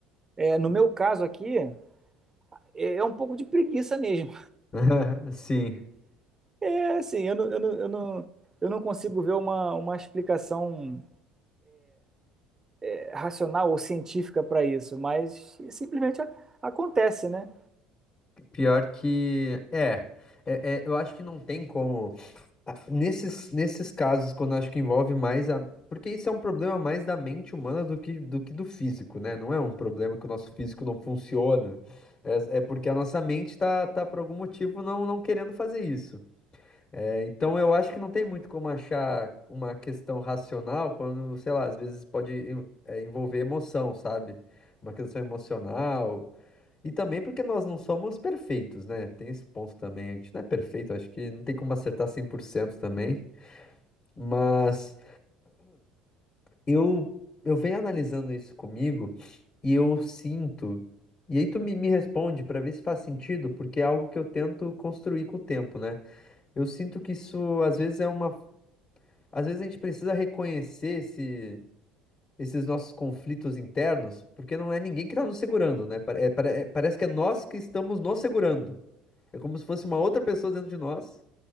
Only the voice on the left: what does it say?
<laughs> Sim,
pior que é, é, é, eu acho que não tem como. Nesses, nesses casos, quando eu acho que envolve mais a. Porque isso é um problema mais da mente humana do que do que do físico, né? Não é um problema que o nosso físico não funciona. É, é porque a nossa mente tá, tá por algum motivo não, não querendo fazer isso. É, então eu acho que não tem muito como achar uma questão racional quando, sei lá, às vezes pode em- é, envolver emoção, sabe? Uma questão emocional. E também porque nós não somos perfeitos, né? Tem esse ponto também. A gente não é perfeito, acho que não tem como acertar 100% também. Mas eu eu venho analisando isso comigo e eu sinto. E aí tu me, me responde para ver se faz sentido, porque é algo que eu tento construir com o tempo, né? Eu sinto que isso às vezes é uma, às vezes a gente precisa reconhecer esse, esses nossos conflitos internos, porque não é ninguém que está nos segurando, né? Pa- é- pare- é- parece que é nós que estamos nos segurando. É como se fosse uma outra pessoa dentro de nós